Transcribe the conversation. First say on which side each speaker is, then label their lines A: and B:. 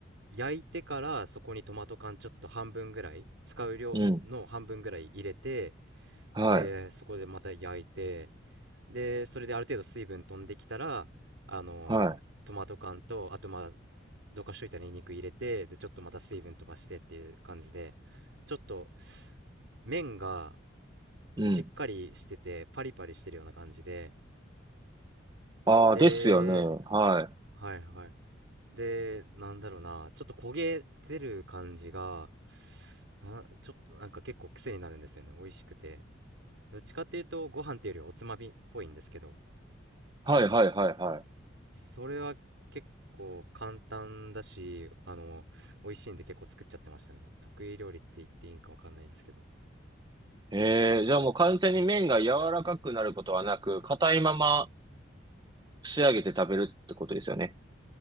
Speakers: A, on the right; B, on the right.
A: 焼いてからそこにトマト缶ちょっと半分ぐらい、使う量の半分ぐらい入れて、
B: うん。はい。
A: で、そこでまた焼いて、で、それである程度水分飛んできたら、あのートマト缶と、
B: は
A: あとまあ、どかしといたニンニク入れて、で、ちょっとまた水分飛ばしてっていう感じで、ちょっと麺が
B: い。
A: しっかりしてて、
B: うん。
A: パリパリしてるような感じで、
B: ああ、
A: で、
B: ですよね。はい。
A: はいはい。で、なんだろうな、ちょっと焦げてる感じが、あ、ちょっとなんか結構癖になるんですよね。美味しくて。どっちかっていうとご飯っていうよりおつまみっぽいんですけど、
B: はい、はい、はい、はい。
A: それは結構簡単だし、あの、美味しいんで結構作っちゃってましたね。得意料理って言っていいのかわかんないですけど。
B: ええじゃあもう完全に麺が柔らかくなることはなく、硬いまま仕上げて食べるってことですよね。